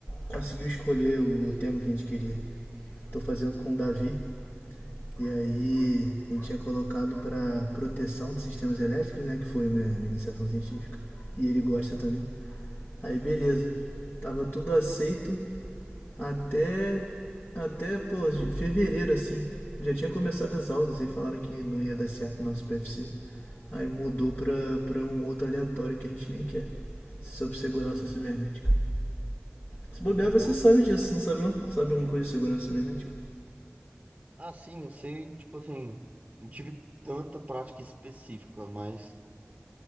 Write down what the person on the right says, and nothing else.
Mudou.
Ah, sim, eu sei, tipo assim, não tive tanta prática específica, mas